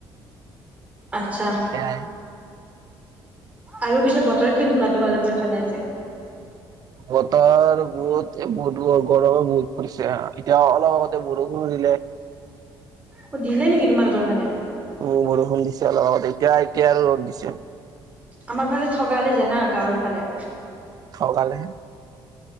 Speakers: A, on the right (about 15°); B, on the right (about 45°).
A: আচ্ছা।
B: সেয়াই
A: আৰু পিছে বতৰ কেনেকুৱা তোমালোকৰ ফালে আজি।
B: বতাৰ বহুত বহুত ব- গৰমে বহুত পৰিছে এতিয়া অলপ আগতে বৰষুণ <unintelligible>
A: অ' দিলে নেকি তোমালোকৰ ফালে।
B: উম, বৰষুণ দিছে অলপ আগতে এতিয়া এতিয়া আৰু ৰ'দ দিছে।
A: আমাৰ ফালে ঠগালে জানা গাঁৱৰ ফালে।
B: ঠগালে।